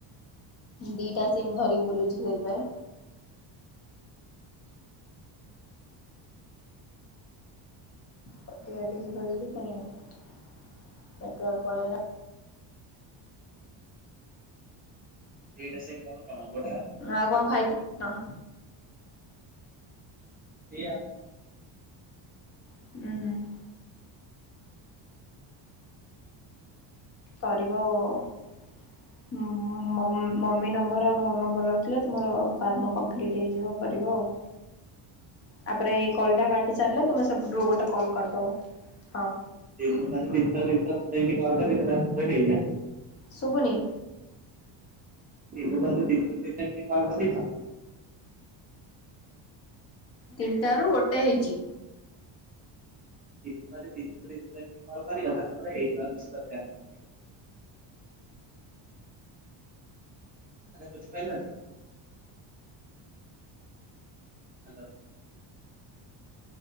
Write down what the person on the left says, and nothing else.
ଦିଟା ସିମ ଧରିକି ବୁଲୁଛି ସେଇଥିପାଇଁ। କଟି କାଟି ଯିବ ଯଦି ପୁଣି ନେଟୱାକ୍ ପଳେଇଲା
ଆଉ କଣ ଖାଇଥିଲ?
ହୁଁ। କରିବ ଅ ମ ମମି ମମି ନମ୍ବର ଆଉ ମୋ ନମ୍ବର ରଖିଲ, ତୁମର କାମ କମ୍ପ୍ଲିଟ୍ ହେଇଯିବ କରିବ ଆଉ। ହ ତାପରେ ଏଇ କଲ୍ ଟା କାଟି ସାରିଲେ ତମେ ସେପଟରୁ ଗୋଟେ କଲ୍ କରିଦବ, ହଁ।
ଶୁଭୁନି?
ତିନିଟାରୁ ଗୋଟେ ହେଇଛି?